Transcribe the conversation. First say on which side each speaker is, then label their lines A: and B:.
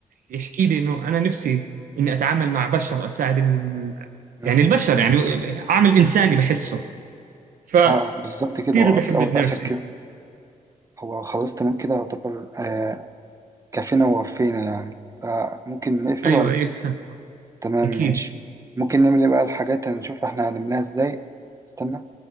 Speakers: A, on the right (about 80°); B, on the right (about 25°).
A: يحكي لي انه انا نفسي اني اتعامل مع بشر واساعد ال...
B: أم،
A: يعني البشر يعني عامل انساني بحسه فكثير
B: اه بالظبط كده هو
A: بحب
B: في الأول
A: النيرسينج
B: والآخر كده هو خلاص تمام كده يعتبر آه كفينا ووفينا يعني فممكن نقفل
A: ايوه
B: ولا
A: ايوه <laughs>
B: تمام
A: اكيد
B: ماشي ممكن نعمل ايه بقى الحاجات هنشوف احنا هنعملها ازاي استنى